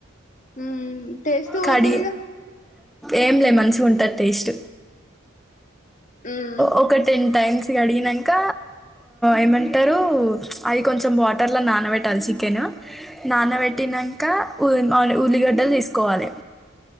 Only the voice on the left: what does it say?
మ్మ్ టేస్ట్ పోతదిగ
ఉమ్